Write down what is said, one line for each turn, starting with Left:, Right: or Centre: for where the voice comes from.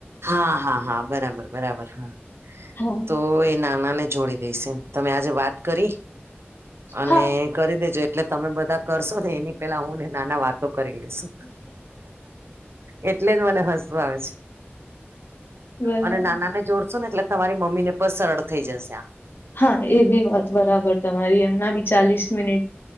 Right: હા હા હા બરાબર બરાબર હા
Left: હા
Right: તો ના મને જોડી દઈશે એમ તમે આજે વાત કરી અને
Left: હા
Right: કરી દેજો એટલે તમે બધા કરશો ને એની પેલા હું ને નાના વાતો કરી લઈસુ. એટલે જ મને હસ્તુ આવે છે.
Left: બરાબર
Right: અને નાના ને જોડશો ને એટલે તમારી મમ્મી ને પણ સરળ થઈ જશે આ.
Left: હા એ બી વાત બરાબર તમારી એમના બી ચાલીસ મિનિટ